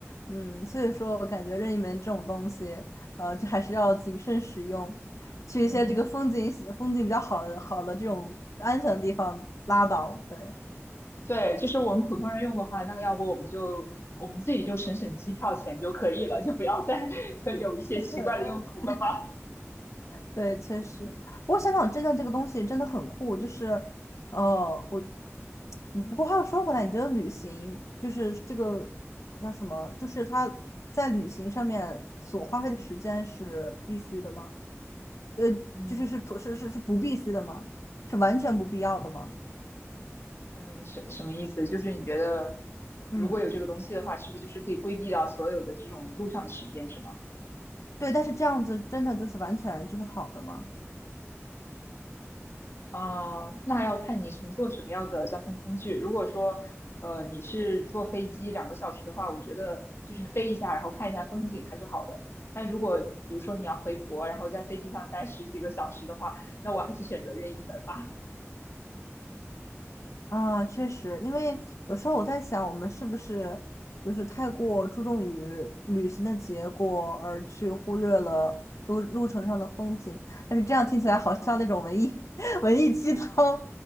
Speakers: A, on the left (about 75°); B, on the left (about 55°).
A: 嗯，所以说我感觉任意门这种东西，呃，就还是要谨慎使用，去一些这个风景风景比较好的好的这种安全的地方拉倒，
B: 嗯，
A: 对。
B: 对，就是我们普通人用的话，那要不我们就我们自己就省省机票钱就可以了，就不要再 <laughs> 有一些奇怪的用途了吧。
A: <laughs> 对，确实。不过香港真的这个东西真的很酷，
B: 嗯
A: 就是，呃，我，嗯不过话又说回来，你觉得旅行就是这个那什么，
B: 嗯。
A: 就是他在旅行上面所花费的时间是必须的吗？呃，
B: 嗯
A: 就是是不是是是不必须的吗？是完全不必要的吗？
B: 嗯，什什么意思？就是你觉得
A: 嗯，
B: 如果有这个东西的话，是不是就是可以规避掉所有的这种路上的时间，是吗？
A: 对。但是这样子真的就是完全就是好的吗？
B: 啊、那要看你乘坐什么样的交通工具。如果说，呃，你是坐飞机两个小时的话，我觉得就是飞一下，然后看一下风景还是好的。但如果比如说你要回国，然后在飞机上待十几个小时的话，那我还是选择任意门吧。
A: 啊，确实，因为有时候我在想，我们是不是就是太过注重于旅行的结果，
B: 嗯
A: 而去忽略了路路程上的风景？
B: 嗯，
A: 但是这样听起来好像那种文艺
B: 嗯，
A: <laughs> 文艺鸡汤。